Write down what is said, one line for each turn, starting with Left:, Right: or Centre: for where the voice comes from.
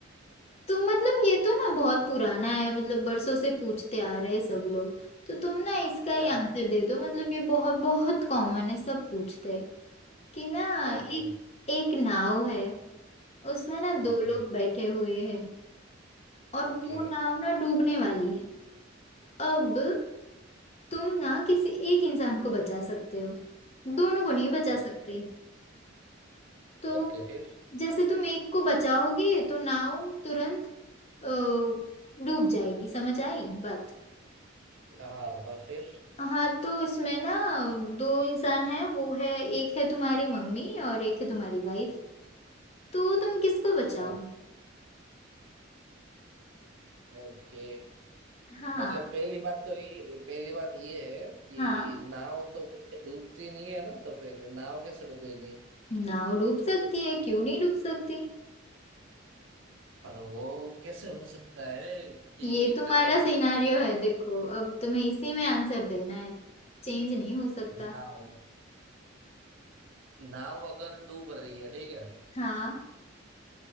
Left: तुम मतलब ये तो ना बहुत पुराना है मतलब बरसों से पूछते आ रहे हैं सब लोग तो तुम ना इसका
Right: क्या
Left: ही आंसर दे दो मतलब ये बहुत बहुत कॉमन है सब पूछते हैं कि ना
Right: Okay
Left: एक एक नाव है उसमें ना
Right: okay
Left: दो लोग
Right: okay
Left: बैठे हुए हैं और
Right: okay
Left: वो नाव ना डूबने वाली है अब तुम ना किसी एक इंसान को बचा सकते हो दोनों को नहीं बचा
Right: Okay
Left: सकते तो
Right: Okay फिर
Left: जैसे तुम एक को बचाओगे तो नाव तुरंत अ, डूब जाएगी समझ आई बात
Right: हाँ फिर
Left: हाँ तो इसमें ना दो इंसान हैं वो है एक है तुम्हारी मम्मी और एक है तुम्हारी वाइफ तो तुम किसको बचाओगी
Right: ओ- ओके
Left: हाँ
Right: मतलब पहली बात तो ये पहली बात ये है कि
Left: हाँ
Right: नाव तो वैसे डूबती नहीं है ना तो फिर नाव कैसे डूबेगी
Left: नाव डूब सकती है क्यों नहीं डूब सकती
Right: पर वो कैसे हो सकता है कि
Left: ये तुम्हारा
Right: चलो
Left: सिनारियो है देखो अब तुम्हें इसी में आंसर देना है चेंज नहीं हो सकता
Right: नाव नाव अगर डूब रही है ठीक है
Left: हाँ